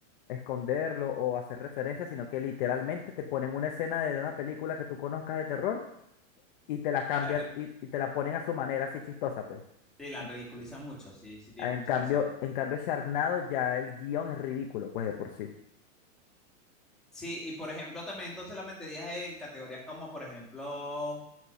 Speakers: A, on the left; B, in the centre.
A: esconderlo o hacer referencia, sino que literalmente te ponen una escena de una película que tú conozcas de terror y te la cambian
B: La, re-
A: y, y te la ponen a su manera así chistosa, pues.
B: sí, la
A: En
B: ridiculizan mucho, sí, sí tienes
A: en
B: mucha
A: cambio,
B: razón.
A: en cambio, Sharknado ya el guión es ridículo, pues, de por sí.
B: Sí, y por ejemplo, también entonces la meterías en categorías como, por ejemplo,